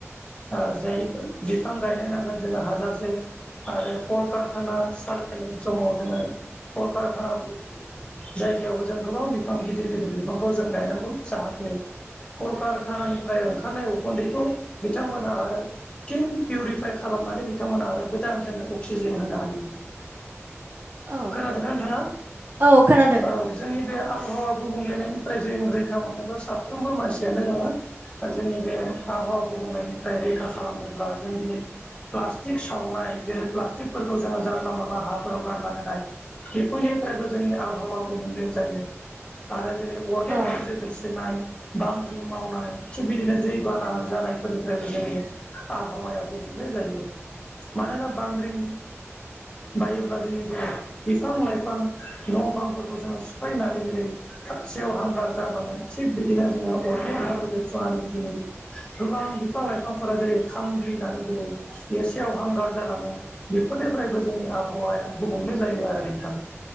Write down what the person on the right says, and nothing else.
औ
औ खोनादों
औ